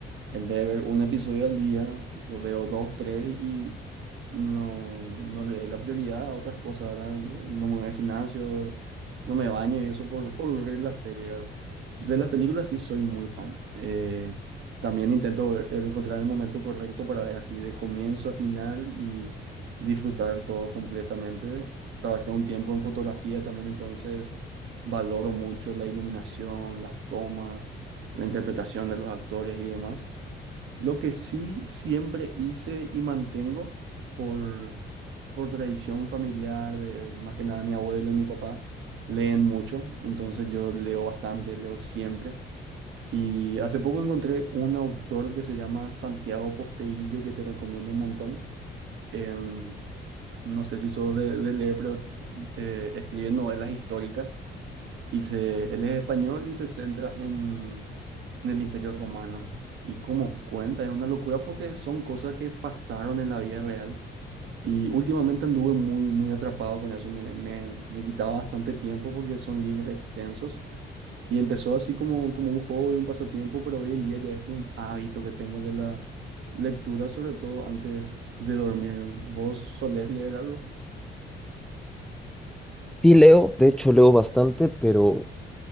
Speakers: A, on the right; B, in the centre.
A: En vez de ver un episodio al día, lo veo dos, tres y no, no le doy la prioridad a otras cosas, ¿verdad? No me voy al gimnasio, no me baño y eso por, por ver la serie, ¿verdad? De las películas sí soy muy fan. Eh, también intento ver- encontrar el momento correcto para ver así de comienzo a final y disfrutar todo completamente. Trabajé un tiempo en fotografía también, entonces valoro mucho la iluminación, las tomas, la interpretación de los actores y demás. Lo que sí siempre hice y mantengo por, por tradición familiar de más que nada mi abuelo y mi papá, leen mucho, entonces yo leo bastante, leo siempre. Y hace poco encontré un autor que se llama Santiago Posteillo, que te recomiendo un montón. Em, no sé si sos de, de leer, pero eh, escribe novelas históricas. Y se, él es español y se centra en, en el Imperio Romano. Y como cuenta, es una locura porque son cosas que pasaron en la vida real. Y últimamente anduve muy, muy atrapado con eso. Me, me, me quitaba bastante tiempo porque son libros extensos. Y empezó así como, como un hobby, un pasatiempo, pero hoy en día ya es un hábito que tengo de la lectura, sobre todo antes de dormir. ¿Vos solés leer algo?
B: Sí, leo, de hecho leo bastante, pero